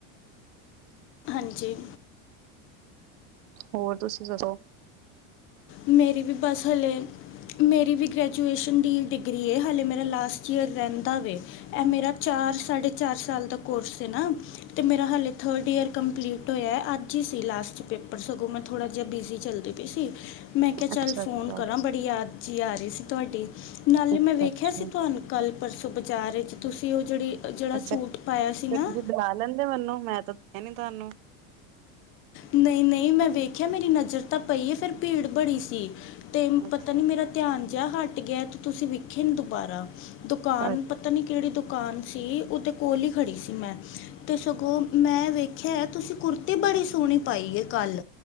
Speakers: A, on the left; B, on the right.
A: ਹਾਂਜੀ।
B: ਹੋਰ ਤੁਸੀਂ ਦਸੋ।
A: ਮੇਰੀ ਵੀ ਬਸ ਹਾਲੇ ਮੇਰੀ ਵੀ ਗ੍ਰੇਜੂਏਸ਼ਨ ਦੀ ਡਿਗ ਗ੍ਰਿਏ ਹਾਲੇ ਮੇਰਾ ਲਾਸਟ ਈਯਰ ਰੇਂਦਾ ਵੇ, ਐ ਮੇਰਾ ਚਾਰ ਸਾਢੇ ਚਾਰ ਸਾਲ ਦਾ ਕੋਰਸ ਐ ਨਾਂ ਮੇਰਾ ਹਲੇ ਥਰਡ ਈਅਰ ਕੰਪਲੀਟ ਹੋਇਆ, ਅੱਜ ਹੀ ਸੀ ਲਾਸਟ ਪੇਪਰ, ਸਗੋਂ ਮੈਂ ਥੋੜ੍ਹਾ ਜਿਹਾ ਬਿਜ਼ੀ ਚੱਲਦੀ ਪਈ ਸੀ ਅ ਮੈਂ ਕਿਆ
B: ਅੱਛਾ
A: ਚੱਲ ਫੋਨ
B: ਅੱਛਾ
A: ਕਰਾਂ ਬੜੀ ਯਾਦ ਜੀ ਆ ਰਹੀ ਸੀ ਤੁਆਡੀ। ਨਾਲੇ
B: ਅੱਛਾ
A: ਮੈਂ ਵੇਖਿਆ
B: ਅੱਛਾ
A: ਸੀ ਤੁਹਾਨੂੰ ਕੱਲ ਪਰਸੋਂ ਬਾਜ਼ਾਰ ਇੱਚ ਤੁਸੀਂ ਔ ਜਿਹੜੀ ਜਿਹੜਾ
B: ਅੱਛਾ,
A: ਸੂਟ ਪਾਇਆ ਸੀ
B: ਫੇਰ
A: ਨਾ
B: ਤੁਸੀਂ ਬੁਲਾ ਲੈਂਦੇ ਮੈਂਨੁੰ ਮੈਂ ਤਾਂ ਏਨੇਂ ਤੁਹਾਨੂੰ
A: ਨਈਂ ਨਈਂ, ਮੈਂ ਵੇਖਿਆ ਮੇਰੀ ਨਜ਼ਰ ਤਾਂ ਪਈ ਏ ਫੇਰ ਭੀੜ ਬੜੀ ਸੀ। ਤੇ
B: ਅੱਛਾ
A: ਪਤਾ ਨੀਂ ਮੇਰਾ ਧਿਆਨ ਜਿਹਾ ਹਟ ਗਿਆ ਤੇ ਤੁਸੀਂ ਵਿਖੇ ਨਈਂ ਦੁਬਾਰਾ। ਦੁਕਾਨ,
B: ਅੱਛਾ
A: ਪਤਾ ਨੀਂ ਕਿਹੜੀ ਦੁਕਾਨ ਸੀ ਔਦੇ ਕੋਲ ਹੀ ਖੜੀ ਸੀ ਮੈਂ। ਤੇ ਸਗੋਂ ਮੈਂ ਵੇਖਿਆ ਏ ਤੁਸੀਂ ਕੁਰਤੀ ਬੜੀ ਸੋਹਣੀ ਪਾਈਏ ਕੱਲ।